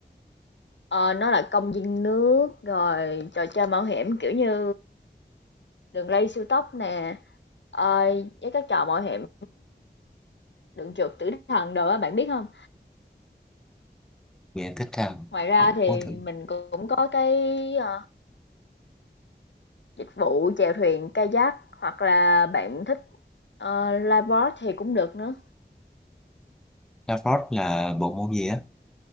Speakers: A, on the left; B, in the centre.
A: Ờ, nó là công viên nước, rồi trò chơi mạo hiểm, kiểu như đường ray siêu tốc nè, ờ, với các trò mạo hiểm đường trượt tử thần đồ á, bạn biết không
B: mình thích tham
A: Ngoài ra
B: mình
A: thì
B: muốn thử
A: mình cũng có cái, ờ, dịch vụ chèo thuyền kayak hoặc là bạn thích, ờ, lifeboat thì cũng được nữa.
B: La là bộ môn gì á